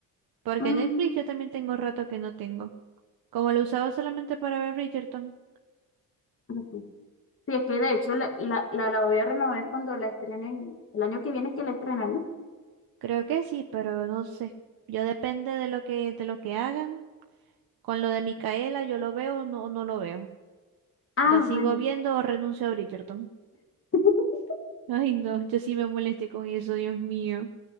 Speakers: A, on the right (about 85°); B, on the left (about 35°).
A: Porque
B: Mm,
A: en Netflix yo también tengo rato que no tengo. Como lo usaba solamente para ver Bridgerton.
B: ok. Sí, es que de hecho la, la, la, la voy a renovar cuando la estrenen, el año que viene es que la estrenan, ¿no?
A: Creo que sí, pero no sé. Yo depende de lo que, de lo que hagan. Con lo de Micaela, yo lo veo o no, o no lo veo.
B: Ah,
A: ¿La sigo
B: bueno.
A: viendo o renuncio a Bridgerton?
B: <laughs>
A: <laughs> Ay, no, yo sí me molesté con eso, Dios mío.